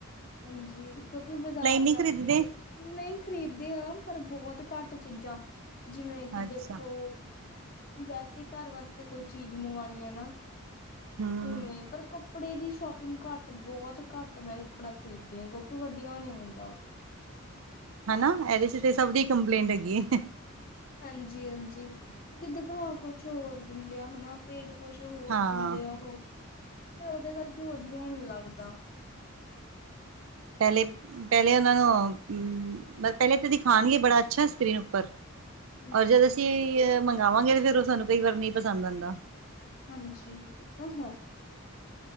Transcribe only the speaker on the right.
ਨਹੀਂ
ਖਰੀਦਦੇ
ਅੱਛਾ
ਹਮ
ਹਨਾ। ਇਹਦੇ 'ਚ ਤੇ ਸਭ ਦੀ ਕੰਪਲੇਂਟ ਹੈਗੀ।
ਹਾਂ
ਪਹਿਲੇ-ਪਹਿਲੇ ਉਹਨਾਂ ਨੂੰ ਅ ਮ ਪਹਿਲੇ ਤੇ ਦਿਖਾਣਗੇ ਬੜਾ ਅੱਛਾ ਸਕਰੀਨ ਉੱਪਰ
ਔਰ ਜਦ ਅਸੀਂ ਇਹ ਮੰਗਵਾਂਗੇ ਤੇ ਫੇਰ ਉਹ ਸਾਨੂੰ ਕਈ ਵਾਰ ਨਹੀਂ ਪਸੰਦ ਆਂਦਾ।